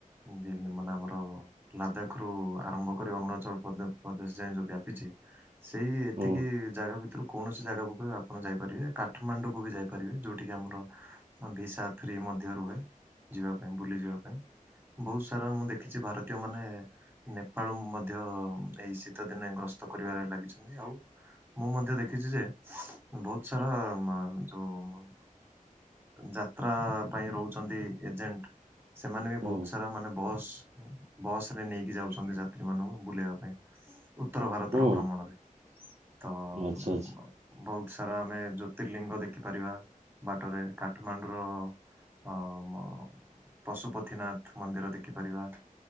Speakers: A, on the right; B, on the right.
A: ଦିଲ୍ଲୀ ମାନେ ଆମର ଲାଦାଖ ରୁ ଆରମ୍ଭ କରି ଅରୁଣାଚଳ ପଦେ ପ୍ରଦେଶ ଯାଏଁ ଯୋଉ ବ୍ୟାପିଛି। ସେଇ ଏତିକି
B: ହୁଁ
A: ଜାଗା ଭିତରୁ କୌଣସି ଜାଗାକୁ ବି ଆପଣ ଯାଇପାରିବେ କାଠମାଣ୍ଡୁକୁ ବି ଯାଇପାରିବେ ଯେଉଁଠ କିି ଆମର ଭିସା ଫ୍ରି ମଧ୍ୟ ରୁହେ ଯିବା ପାଇଁ ବୁଲି ଯିବା ପାଇଁ। ବହୁ ସାରା ମୁଁ ଦେଖିଛି ଭାରତୀୟ ମାନେ ନେପାଳ ମଧ୍ୟ ଏଇ ଶୀତ ଦିନେ ଗ୍ରସ୍ତ କରିବାରେ ଲାଗିଛନ୍ତି ଆଉ ମୁଁ ମଧ୍ୟ ଦେଖିଛି ଯେ ବହୁତ ସାରା ମା ଯୋଉ ଯାତ୍ରା ପାଇଁ ରହୁଛନ୍ତି ଏଜେଣ୍ଟ ସେମାନେ ବି
B: ହୁଁ
A: ବହୁତ ସାରା ମାନେ ବସ୍ ବସ ରେ ନେଇକି ଯାଉଛନ୍ତି ଯାତ୍ରୀ ମାନଙ୍କୁ ବୁଲେଇବା ପାଇଁ ଉତ୍ତର ଭାରତର
B: ହୁଁ
A: ଭ୍ରମଣରେ। ତ
B: ଆଚ୍ଛା
A: ମ୍
B: ଆଚ୍ଛା
A: ମ ବହୁତ ସାରା ଆମେ ଜ୍ୟୋତିର୍ଲିଙ୍ଗ ଦେଖିପାରିବା ବାଟରେ। କାଠମାଣ୍ଡୁର ଅ ମ ପଶୁପତିନାଥ ମନ୍ଦିର ଦେଖିପାରିବା